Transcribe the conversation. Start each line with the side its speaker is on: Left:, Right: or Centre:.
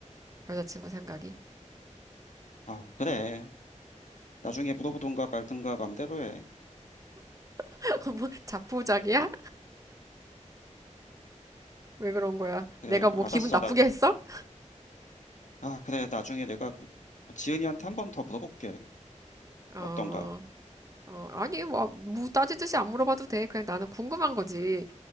Right: 여자친구 생각이.
Left: 아, 그래. 나중에 물어보든가 말든가 맘대로 해.
Right: <laughs> 뭐 자포자기야? 왜 그런 거야?
Left: 그래,
Right: 내가
Left: 알았어.
Right: 뭐 기분 나쁘게
Left: 나,
Right: 했어?
Left: 아, 그래. 나중에 내가 뭐 지은이한테 한 번 더 물어볼게.
Right: 어,
Left: 어떤가.
Right: 어, 아니 뭐, 뭐 따지듯이 안 물어봐도 돼. 그냥 나는 궁금한 거지.